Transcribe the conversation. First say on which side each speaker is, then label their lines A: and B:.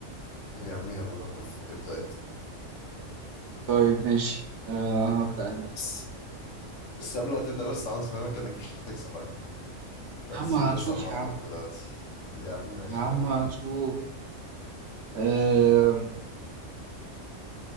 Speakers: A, on the left; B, on the right.
A: يا عم يلا انا موافق ابدأ انت
B: طيب ماشي آه هبدا انا
A: بس بس قبل ما تبدأ بس عاوز افهمك انك مش هتكسب ها برسيك
B: يا عم هنشوف
A: بس على الهارد
B: يا عم
A: من دلوقتي <laughs> يا عم ماشي
B: يا عم
A: يلا
B: هنشوف آه